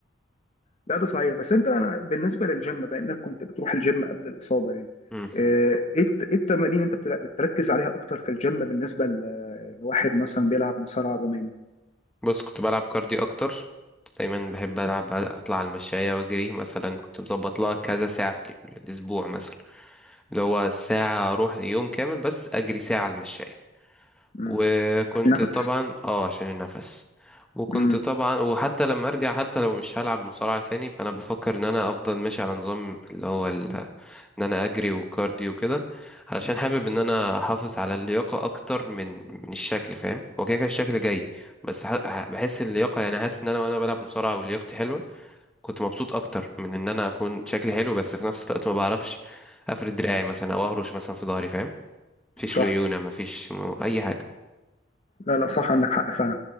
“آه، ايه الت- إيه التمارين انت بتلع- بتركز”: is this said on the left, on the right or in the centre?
Left